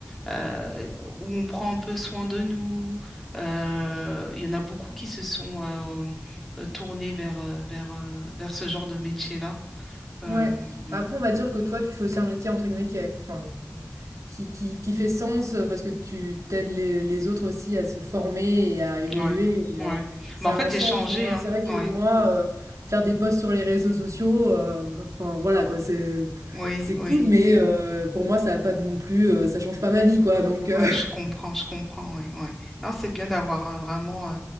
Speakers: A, in the centre; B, on the right.
A: euh, où on prend un peu soin de nous. Euh, il y en a beaucoup qui se sont euh, euh, tournés vers, euh, vers, euh, vers ce genre de métier-là. Euh,
B: Ouais.
A: mm,
B: Bah, Après, on va dire que toi, tu fais aussi un métier, entre guillemets, qui, a- qui- enfin, qui, qui, qui fait sens euh, parce que tu t'aides les, les autres aussi à se former et à évoluer.
A: ouais,
B: et,
A: ouais.
B: euh, ça
A: Mais en fait,
B: a un
A: j'ai
B: sens,
A: changé,
B: tu vois.
A: hein.
B: C'est vrai que
A: Ouais.
B: moi, euh, faire des posts sur les réseaux sociaux, euh, enfin, voilà, quoi, c'est,
A: Oui,
B: c'est
A: oui.
B: cool, mais euh, pour moi, ça a pas non plus, euh, ça change pas ma vie, quoi. Donc,
A: Ouais,
B: euh,
A: je comprends, je comprends, ouais, ouais. Non, c'est bien d'avoir euh, vraiment euh,